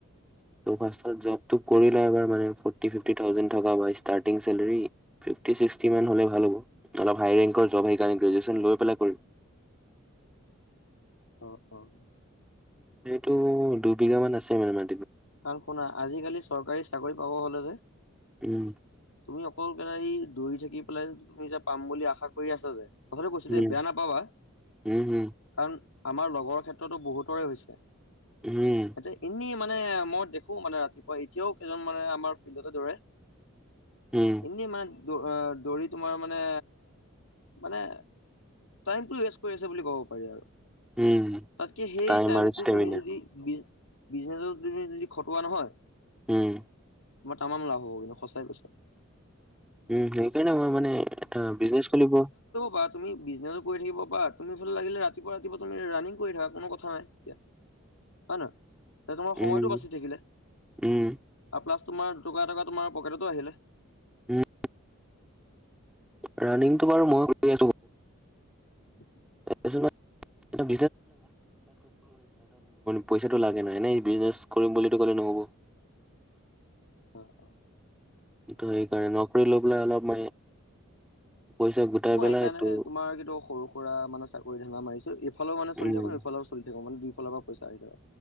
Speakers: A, in the centre; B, on the left (about 80°).
A: ত' ফাষ্ট-ফাষ্ট জবটো কৰিলে এবাৰ মানে ফৰটি-ফিফ্ৰটি থাউজেণ্ড থকা পৰা ষ্টাৰ্টিং চেলৰি ফিফ্ৰটি-ছ্ৰিকটি মান হ'লে ভাল হ'ব। তাৰপা ভাল ৰেংকৰ জব সেইকাৰণে গ্ৰেজুৱেচন লৈ পেলাই কৰিম।
B: উম উম
A: তো দুবিঘা মান আছে মানে মা
B: কাৰণ শুনা, আজিকালি চৰকাৰী চাকৰি পাব হ'লে যে
A: উম।
B: তুমি অকল কেলা এই দৌৰি থাকি পেলাই, তুমি যে পাম বুলি আশা কৰি আছা যে কথাটো কৈছোঁ দেই,
A: উম
B: বেয়া নাপাবা
A: উম হম
B: কাৰণ আমাৰ লগৰ ক্ষেত্ৰতো বহুতৰে হৈছে।
A: উম
B: তাতে এনেই মানে মই দেখো, মানে ৰাতিপুৱা এতিয়াও কেইজন মানে আমাৰ ফিল্ডতে দৌৰে।
A: উম
B: এনেই মা দ অ দৌৰি তোমাৰ মানে, মানে টাইমটো ৱেষ্ট কৰি আছে বুলি ক'ব পাৰি আৰু।
A: উম
B: তাতকে, সেই
A: টাইম
B: টাইমতো
A: আৰু ষ্টেমিনা
B: তুমি যদি বিজ বিজনেছত তুমি যদি খটোৱা নহয়
A: উম
B: তোমাৰ তামাম লাভ হব কিন্তু, সঁচাই কৈছোঁ।
A: উম' সেইকাৰণে মই মানে এটা বিজনেছ খুলিব
B: বা তুমি বিজনেছো কৰি থাকিব বা তুমি ইফালে লাগিলে ৰাতিপুৱা-ৰাতিপুৱা তুমি ৰাণিং কৰি থাকা, কোনো কথা নাই এতিয়া হয় নহয়? তে তোমাৰ
A: উম
B: সময়টো বাচি থাকিলে
A: উম
B: আৰু প্লাছ তোমাৰ দুটকা- এটকা তোমাৰ পকেটতো আহিলে।
A: উম। ৰাণিংটো বাৰু মই <unintelligible>
B: উহুম
A: <unintelligible> পইচাটো লাগে নাই, এনে বিজনেছ কৰিম বুলি ক'লেটো নহ'ব।
B: অ-অ - অ
A: ত' সেইকাৰণে, নকৰি লৈ পেলাই অলপ মানে পইচা গোটাই
B: মই
A: পেলাই
B: সেইকাৰণে
A: এইটো
B: তোমাৰ কিন্তু সৰু সুৰা মানে চাকৰি ধানদা মাৰিছো। এইফালও মানে চলি
A: উম
B: থাকো এইফালেও চলি থাকক মানে। ফালৰ পৰাই পইছা আহি যায়।